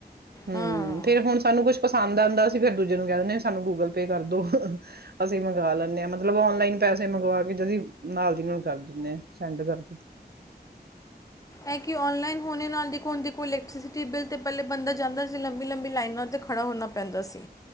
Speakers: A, on the right; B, on the left.
A: ਹਮ
B: ਹਾਂ
A: ਸਾਨੂੰ ਕੁੱਛ ਪਸੰਦ ਆਉਂਦਾ ਅੱਸੀ ਫੇਿਰ ਦੂਜੇ ਨੂੰ ਕਹਿ ਦਿੰਦੇ ਹਾਂਵੀ ਸਾਨੂੰ ਗੂਗਲ ਪੇ ਕਰਦੋ ਅਸੀਂ ਮੰਗਵਾ ਲੈਂਨਦੇ ਹਾਂ ਮਤਲਬ ਔਲਾਈਨ ਪੈਸੇ ਮੰਗਵਾ ਕੇ ਜਦੀ ਨਾਲ ਦੀ ਨਾਲ ਨੂੰ ਕਰ ਦਿੰਦੇ ਆ ਸੈਂਡ ਕਰ ਦਿੱਤੇ
B: ਐ ਕਿ ਨਲਾਈਨ ਹੋਣੇ ਨਾਲਣ ਦੇਖੋ ਇਲਕਟ੍ਰਸਿਟੀ ਬਿੱਲ ਤੇ ਪਹਿਲੇ ਬਣਦਾ ਜਾਂਦਾ ਸੀ ਲੰਬੀ-ਲੰਬੀ ਲਾਈਨ ਲਾਈਨਾਂ ਤੇ ਖੜਾ ਹੋਣਾ ਪੈਂਦਾ ਸੀ